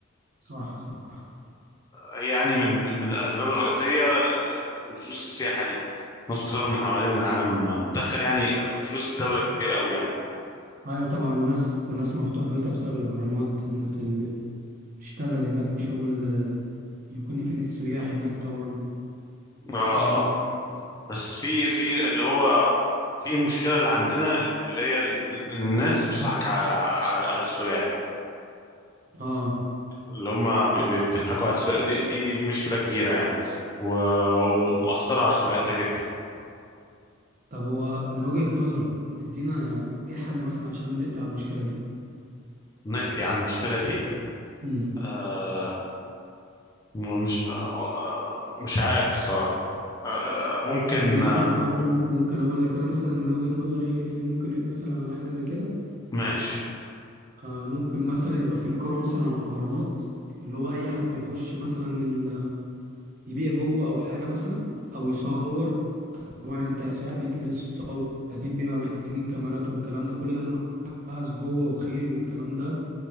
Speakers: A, on the right; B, on the left.
A: صح صح
B: هي يعني من من الأسباب الرئيسية آه، فلوس السياحة دي ناس كتير من حوالين العالم بتدخل يعني آه، فلوس الدولة كبيرة أوي يعني
A: ايوه طبعا وناس وناس مفتوح بيوتها بسبب الاهرامات الناس اللي بتشتغل هناك في شغل يكون يفيد السياح هناك طبعا
B: اه
A: الكلام
B: اه
A: ده
B: بس في في اللي هو في مشكلة اللي عندنا واللي هي ال- إن الناس بتضحك على على على السياح
A: اه
B: اللي هم بي- بي- بيضحكوا على السوق دي دي, دي مشكلة كبيرة يعني و- ومأثرة على سمعتنا جدا
A: طب هو من وجهة نظرك تدينا ايه حل مثلا عشان نقضي على المشكلة دي
B: نقضي على المشكلة دي
A: امم
B: آه مش آه آه، مش عارف الصراحة آه ممكن
A: انا ممكن
B: آه
A: اقول ممكن اقول لك انا مثلا من وجهة نظري ايه اللي ممكن يقضي مثلا على حاجة زي كده
B: ماشي
A: آه ممكن مثلا يبقى في رقابة مثلا على الاهرامات اللي هو اي حد يخش مثلا ال- يبيع جوه او حاجة مثلا او يصور طبعا انت السياح بيجي يصور اكيد بيبقى محتاجين كاميرات والكلام ده كل ده مجهز جوه وخيل والكلام ده